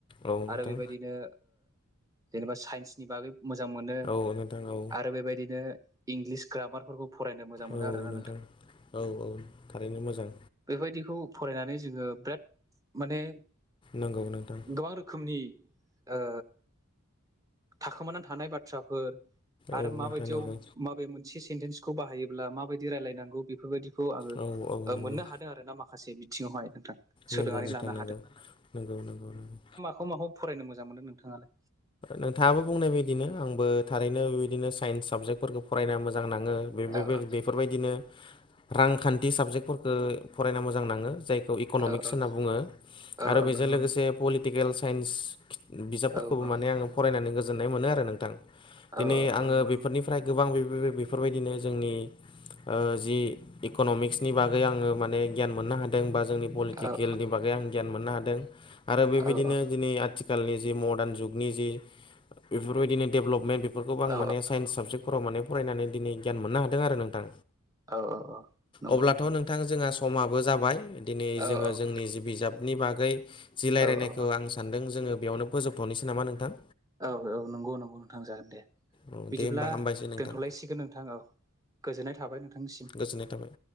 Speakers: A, on the left (about 25°); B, on the right (about 15°).
A: औ नोंथां
B: आरो बेबायदिनो जेनेबा साइन्सनि बागै मोजां मोनो।
A: अ नोंथां औ
B: आरो बेबायदिनो इंलिस ग्रामारफोरखौ फरायनो मोजां मोनो
A: औ
B: आरोना
A: नोंथां औ औ थारैनो मोजां।
B: बेफोबायदिखौ फरायनानै जोङो बिराद माने
A: नोंगौ नोंथां।
B: गोबां रोखोमनि ओ थाखोमानानै थानाय बाथ्राफोर आरो
A: औ
B: माबायदियाव
A: नोंथां नंगौ
B: माबे मोनसे सेन्टेन्सखौ बाहायोब्ला माबायदि रायलायनांगौ बेफोरबायदिखौ खौ आङो
A: औ औ
B: ओ
A: नंगौ
B: मोननो हादों आरो ना माखासे बिथिङावहाय नोंथां। सोलोंनानै
A: नंगौ नोंथां
B: लानो
A: नोंगो नोंगौ नोंगौ नोंगौ।
B: खौ माखौ फरायनो मोजां मोनो नोंथाङालाय?
A: नोंथाङाबो बुंनाय बायदिनो आंबो थारैनो बेबायदिनो साइन्स साबजेक्टफोरखौ फरायनो मोजां नाङो। बे
B: औ
A: बेफोरबायदिनो रांखान्थि साबजेक्टफोरफोरखौ फरायना मोजां नाङो जाय खौ इक'न'मिक्स
B: औ
A: होनना बुङो
B: औ
A: आरो
B: औ
A: बेजों
B: नंगौ
A: लोगोसे पलिटिकेल साइन्स खिथ बिजाब
B: औ औ
A: फरायनानै गोजोन्नाय मोनो आरो नोंथां दिनै
B: औ
A: आङो
B: औ नंगौ
A: बेफोरनिफ्राय
B: नंगौ
A: गोबां बेबो बेफोरबायदिनो जोंनि ओ जि इक'न'मिक्सनि बागै आङो माने गियान मोननो हादों बा जोंनि पलिटिकेलनि
B: औ
A: बागै आं गियान मोननो हादों आरो
B: औ
A: बेबायदिनो
B: औ
A: दिनै आथिखालनि जि मडार्न जुगनि जि बेफोरबायदिनो डेभलपमेन्ट बेफोरखौबो आं
B: औ
A: माने साइन्स साबजेक्ट फोराव माने फरायनानै दिनै गियान मोननो हादों आरो नोंथां
B: औ औ
A: अब्लाथ'
B: नंगौ नंगौ
A: नोंथां जोङा समा समाबो जाबाय दिनै
B: औ
A: जोङो
B: औ
A: जोंनि
B: नोंथां औ
A: जि बिजाबनि बागै जि लायरायनायखौ
B: औ
A: आं सानदों जोङो बेयावनो फोजोबथ'नोसै नामा नोंथां?
B: औ औ नंगौ नंगौ नोंथां जागोन दे।
A: औ
B: बिदिब्ला
A: दे होमबा हामबायसै नोंथां
B: दोनथ'लायसिगोन नोंथां औ गोजोननाय थाबाय नोंथांनिसिम।
A: गोजोननाय थाबाय